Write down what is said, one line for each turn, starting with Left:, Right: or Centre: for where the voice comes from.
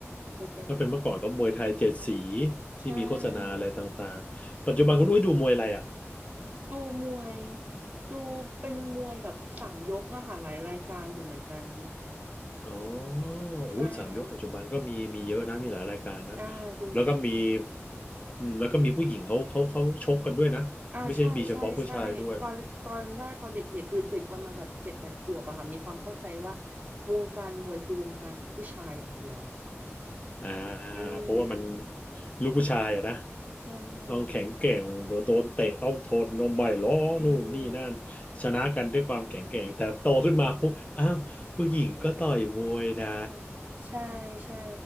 Right: เลยเป็นรที่แบบ
Left: ถ้าเป็นเมื่อก่อนก็มวยไทยเจ็ดสี
Right: ใช่
Left: ที่มีโฆษณาอะไรต่างๆปัจจุบันคุณอุ้ยดูมวยอะไรอ่ะ
Right: ดูมวยดูเป็นมวยแบบสามยกอะค่ะหลายรายการอยู่เหมือนกัน
Left: อ๋อ
Right: ใช่
Left: อุ้ยสามยกปัจจุบันก็มีมีเยอะนะมีหลายรายการนะ
Right: อ่าดูทุก
Left: แล้วก็มีอืมแล้วก็มีผู้หญิงเขาเขาเขาชกกันด้วยนะไม่ใช่มีเฉพาะผู้ชายด้วย
Right: อ่าใช่ใช่ใช่ตอนตอนแรกตอนเด็กๆคือเด็กประมาณแบบเจ็ดแปดขวบอะค่ะมีความเข้าใจว่าวงการมวยคือวงการของผู้ชายอย่างเดียว
Left: อ่า
Right: อืม
Left: เพราะว่ามันลูกผู้ชายอะนะ
Right: ใช่
Left: ต้องแข็งแกร่งโดนเตะต้องทนนมไม่ร้องนู่นนี่นั่น
Right: อืม
Left: ชนะกันด้วยความแข็งแกร่งแต่โตขึ้นมาปุ๊บอ้าวผู้หญิงก็ต่อยมวยนะ
Right: อ่าใช่ใช่